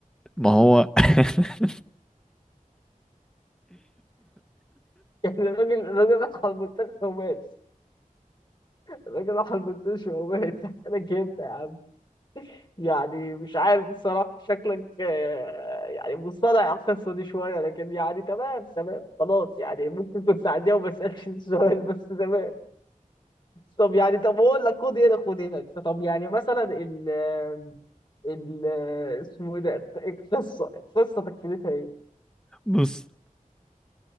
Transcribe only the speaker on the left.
<laughs> يعني الراجل الراجل راح على المستشفى ومات الراجل راح على المستشفى ومات <laughs> حكى لك امتى يا عم؟ يعني مش عارف الصراحة شكلك آه، يعني مصطنع على القصة دي شوية لكن يعني تمام تمام خلاص يعني ممكن كنت تعديها وما اسألش السؤال بس تمام طب يعني طب اقول لك خد هنا خد هنا طب يعني مثلا ال ال اسمه ايه ده القصه القصه تكملتها ايه؟